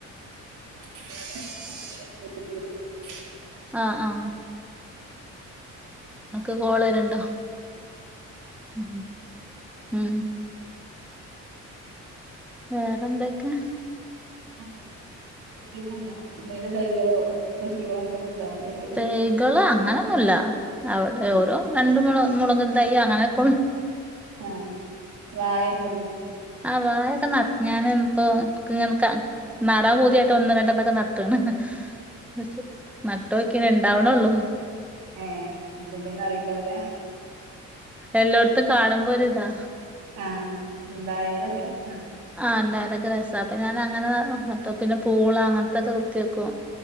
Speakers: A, on the right; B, in the centre.
A: ആ ഇവിടെ <unintelligible>
B: ആ ആ ങ്ങക്ക് കോളരുണ്ടോ ഉ ഉ വേറെന്തൊക്കെ
A: <inaudible> എന്തേലും തൈകളോ കൃഷികളോ എന്തോലും ഉണ്ടോ വീട്ടില്
B: തൈകള് അങ്ങനൊന്നൂല്ല അവിടെ
A: ആഹ്
B: ഓരോ രണ്ട് മൂ മുളക് തൈ അങ്ങനെ കൊ
A: ആഹ് വായൊന്നൂല്ല
B: ആഹ് വായൊക്കെ ഞാൻ ഇപ്പോ എക്ക് ഇങ്ങനക് നടാൻ പൂതിയായിട്ട് ഒന്ന് രണ്ടെണ്ണൊക്കെ നട്ട്ണ് പക്ഷ ണ്ടാവണേള്ളൂ
A: ഏഹ് എന്തൊക്കെന്നറിയണ്ടാവൂലെ
B: എല്ലായിടത്തും കാണുമ്പോ ഒരു ഇതാ
A: ആഹ് ഇണ്ടായാലൊക്കെ രസാ
B: ആ ണ്ടായാലൊക്കെ രസാ അപ്പൊ ഞാനങ്ങനെ നട്ട <unintelligible> പൂള അങ്ങനത്തൊക്കെ കുത്തി വക്കും